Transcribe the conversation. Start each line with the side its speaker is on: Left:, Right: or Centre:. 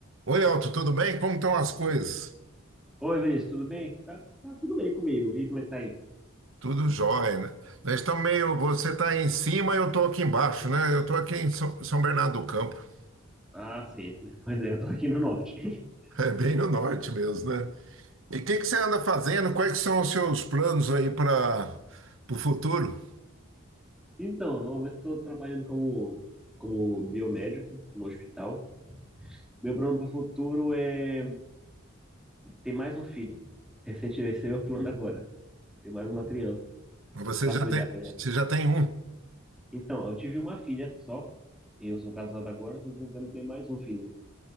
Right: Oi, Elton, tudo bem? Como estão as coisas?
Centre: Oi, Vinícius, tudo bem? Tá, tá tudo bem comigo. E como é que tá aí?
Right: Tudo jóia, né? Nós estamos meio. Você está em cima, eu estou aqui embaixo, né? Eu estou aqui em São São Bernardo do Campo. <laughs>
Centre: Ah, sim. <laughs> Pois é, eu tô aqui no norte. <laughs>
Right: É bem no norte mesmo, né? E o que que você anda fazendo? Quais que são os seus planos aí para o futuro?
Centre: Então, normalmente estou trabalhando como, como biomédico no hospital. Meu plano para o futuro é ter mais um filho. Recentemente, esse é o plano agora. Ter mais uma criança
Right: Você
Centre: para
Right: já
Centre: cuidar,
Right: tem,
Centre: né?
Right: você já tem um.
Centre: Então, eu tive uma filha só. E eu sou casado agora, estou tentando ter mais um filho.